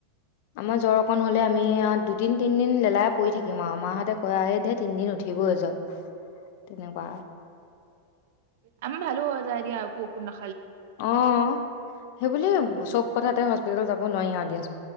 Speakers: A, on the left (about 50°); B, on the right (about 50°).
A: আমাৰ জ্বৰ অকণ হলে আমি দুদিন তিনদিন লেলাই পৰি থাকিম আৰু মা হঁতে কৈ আ তিনদিন উঠিবই জ্বৰ। তেনেকুৱা।
B: আমি ভালো হৈ যায় দিয়া একো ঔষধ না
A: অ সেই বুলি চব কথাতে হস্পিতেল হস্পিতেল যাব নোৱাৰি দিয়া চোন